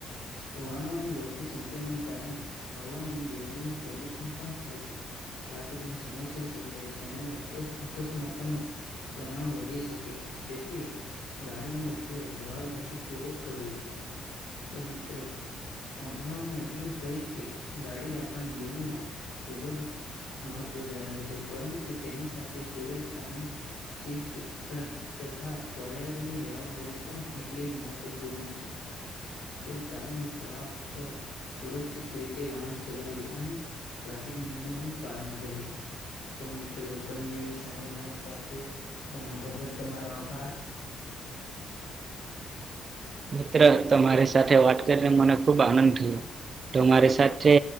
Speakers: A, on the left (about 85°); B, on the right (about 45°).
A: વાહનોની વધતી સંખ્યાને કારણે હવા અને ધ્વનિ નું પ્રદુષણ પણ થાય છે. ટ્રાફિકની સમસ્યા સર્જાય છે અને અક અકસ્માતો નો. પ્રમાણ વધી શકે છે તેથી ગાડીનો ઉપયોગ જવાબદારી પૂર્વક કરવો જોઈએ તો મિત્ર. અંધમાં હું એટલું જ કહીશ કે ગાડી આપણા જીવનમાં ખૂબ જ. મહત્ત્વ ધરાવે છે પરંતુ તેની સાથે સુરક્ષા અને શિસ્ત તા તથા પર્યાવરણની જવાબદારી. પણ એટલી જ મહત્વપૂર્ણ છે તો ચાલો મિત્રો આપજો સુરક્ષિત રીતે વાહન ચલાવી અને ટ્રાફિક નિયમોનું પાલન કરી. તો મિત્રો તમે એવી સારી માહિતી આપી એના બદલ તમારો આભાર.
B: મિત્ર તમારી સાથે વાત કરીને મને ખૂબ આનંદ થયો, તમારી સાથે